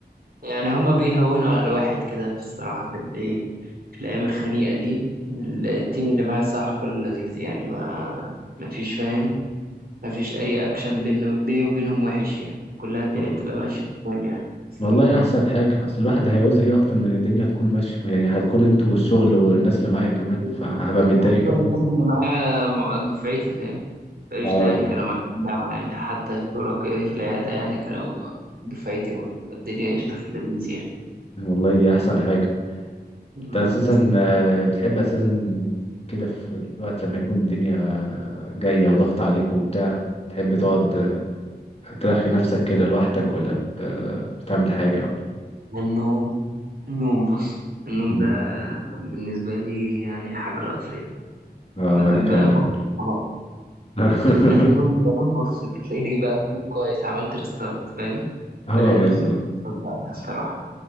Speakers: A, on the right; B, on the left.
A: يعني هما بيهونوا على الواحد كده في الصراحة في الإيه في الأيام الخنيقة دي التيم اللي معايا صراحة كله لذيذ يعني ما ما فيش فاهم ما فيش أي أكشن بين بيني وبينهم وحش يعني كلها الدنيا
B: طب
A: بتبقى ماشية تمام يعني الصراحة
B: والله أحسن حاجة أصل الواحد هيعوز إيه أكتر من الدنيا هتكون ماشية يعني هتكون أنتوا والشغل والناس اللي معايا كمان
A: بالظبط.
B: فهبقى متضايق
A: وخصوصا
B: أوي
A: الناس اللي معايا مع- دفعتي فاهم فقشطة
B: اه
A: يعني
B: لا
A: كانوا معايا في الجامعة يعني حتى شركائي في العيادة يعني كانوا دفعتي برضه الدنيا قشطة في اللذيذ يعني
B: والله دي أحسن حاجة
A: بالظبط
B: انت اساسا آه، بتحب اساسا كده في الوقت لما يكون الدنيا جاية وضغط عليك وبتاع تحب تقعد آه، ترخي نفسك كده لوحدك ولا ب- آه، بتعمل حاجة
A: والنوم النوم بص النوم
B: مم.
A: ده بالنسبة لي يعني حاجة رئيسية
B: اه
A: ب-
B: وانا كمان
A: بنام بص
B: والله.
A: خلاص
B: <laughs>
A: أنا لما بنام بص بتلاقيني بقى فوت كويس عملت ريستارت فاهم
B: اه
A: بلاقي
B: بالظبط
A: نفسي بقى الصراحة